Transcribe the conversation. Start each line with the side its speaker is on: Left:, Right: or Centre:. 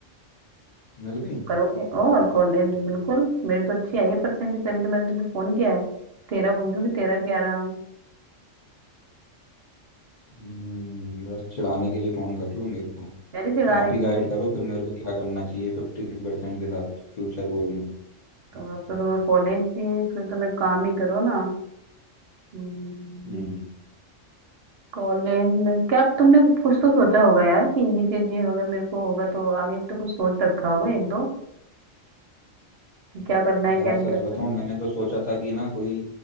Left: मिल गई
Right: करोगे और कॉलेज बिल्कुल मेरी तो अच्छी आई है परसेंटेज तभी तो मैंने तुझे फोन किया है तेरा पूछूं कि तेरा क्या रहा
Left: हम्म, बस चिढ़ाने के लिए फोन कर लो मेरे को
Right: तेरे चिढ़ाने
Left: आप
Right: के
Left: ही गाइड
Right: लिए
Left: करो फिर मेरे को क्या करना चाहिए फिफ्टी थ्री परसेंट के साथ फ्यूचर गोल में
Right: तो अब तो तुम्हें कॉलेज भी फिर तुम्हें काम ही करो ना हम्म,
Left: हम्म
Right: कॉलेज में क्या तुमने कुछ तो सोचा होगा यार कि ये चीज नहीं अगर मेरे को होगा तो आगे भी तो कुछ सोच रखा होगा एक दो कि क्या करना है
Left: यार
Right: क्या नहीं
Left: सच
Right: करना
Left: बताऊं मैंने तो सोचा था कि ना कोई